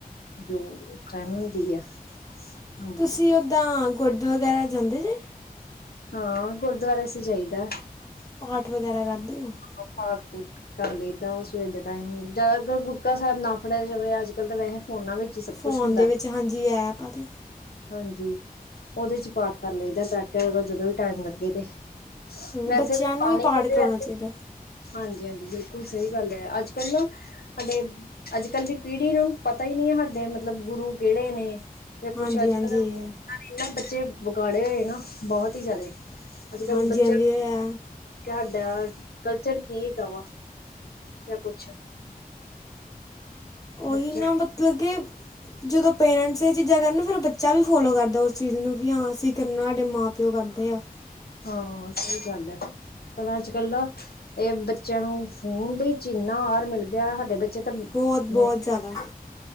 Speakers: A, on the left; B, on the left.
A: ਜੋ ਟਾਈਮ ਹੁੰਦੀ ਆ। ਹਾਂਜੀ
B: ਤੁਸੀਂ ਉੱਦਾਂ ਗੋਡ ਵਗੈਰਾ ਜਾਂਦੇ ਜੇ?
A: ਹਾਂ ਗੁਰਦੁਆਰੇ ਅਸੀ ਜਾਈਦਾ।
B: ਪਾਠ ਵਗੈਰਾ ਕਰਦੇ ਹੋ।
A: <unintelligible> ਕਰ ਲਈਦਾ ਸਵੇਰ ਦੇ ਟਾਈਮ ਹੁਨ ਜ਼ਿਆਦਾਤਰ ਗੁਟਕਾ ਸਾਹਿਬ ਨਾ ਫੜਿਆ ਜਾਵੇ ਅੱਜ--ਕੱਲ ਤਾਂ ਵੈਸੇ ਫੋਨਾਂ ਵਿੱਚ ਸਭ
B: ਫੋਨ
A: ਕੁਛ ਹੁੰਦਾ,
B: ਦੇ ਵਿੱਚ ਹਾਂਜੀ ਐਪ ਆ ਤੇ
A: ਹਾਂਜੀ ਓਦੇ 'ਚ ਪਾਠ ਕਰ ਲਈਦਾ ਬੈਠ ਤੇ ਅਗਰ ਜਦੋਂ ਵੀ ਟਾਈਮ ਲੱਗੇ ਤੇ ਵੈਸੇ
B: ਬੱਚਿਆਂ
A: ਵੀ
B: ਨੂੰ ਪਾਠ ਕਰਾਉਣਾ
A: <unintelligible>
B: ਚਾਹੀਦਾ
A: ਹਾਂਜੀ-ਹਾਂਜੀ ਬਿਲਕੁਲ ਸਹੀ ਗੱਲ ਐ ਅੱਜ-ਕੱਲ੍ਹ ਨਾ ਸਾਡੇ ਅੱਜ-ਕੱਲ੍ਹ ਦੀ ਪੀੜ੍ਹੀ ਨੂੰ ਪਤਾ ਈ ਨਈ ਹੈ ਸਾਡੇ ਮਤਲਬ ਗੁਰੂ ਕਿਹੜੇ ਨੇ। ਤੇ ਕੁਛ
B: ਹਾਂਜੀ
A: ਅੱਜ-ਕੱਲ੍ਹ
B: ਹਾਂਜੀ ਇਹ
A: ਇੰਨੇ ਬੱਚੇ ਵਿਗਾੜੇ ਹੋਏ ਨਾ ਬਹੁਤ ਈ ਜਾਦੇ। ਅੱਜ-ਕੱਲ੍ਹ
B: ਹਾਂਜੀ
A: ਬੱਚੇ
B: ਹਾਂਜੀ ਇਹ ਹੈ
A: ਕਿ ਸਾਡਾ ਕਲਚਰ ਕੀ ਹੈਗਾ ਵਾ ਯਾ ਕੁਛ
B: ਓਹੀ
A: ਬੱਚਾ
B: ਨਾ ਮਤਲਬ ਕੇ ਜਦੋਂ ਪੇਰੈਂਟਸ ਐ ਚੀਜ਼ਾਂ ਕਰਨ ਫਿਰ ਬੱਚਾ ਵੀ ਫੋਲੋ ਕਰਦਾ ਉਸ ਚੀਜ਼ ਨੂੰ ਕਿ ਹਾਂ ਅਸੀਂ ਕਰਨਾ, ਸਾਡੇ ਮਾਂ ਪਿਓ ਕਰਦੇ ਆ।
A: ਹਾਂ, ਸਹੀ ਗੱਲ ਐ ਪਰ ਅੱਜ ਕੱਲ੍ਹ ਨਾ ਏ ਬੱਚਿਆਂ ਨੂੰ ਫੋਨ ਦੇ ਵਿੱਚ ਇੰਨਾ ਆਰ ਮਿਲ ਗਿਆ ਸਾਡੇ ਬੱਚੇ ਤਾਂ ਮੈਂ
B: ਬੋਤ-ਬੋਤ
A: ਕਹਿੰਦੀ
B: ਜਾਦਾ।
A: ਹਾਂ